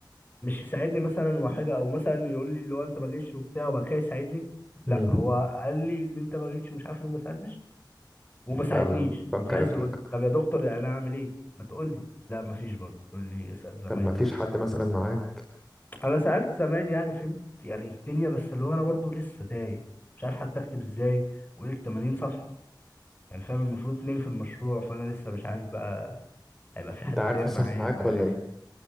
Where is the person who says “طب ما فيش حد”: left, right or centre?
Centre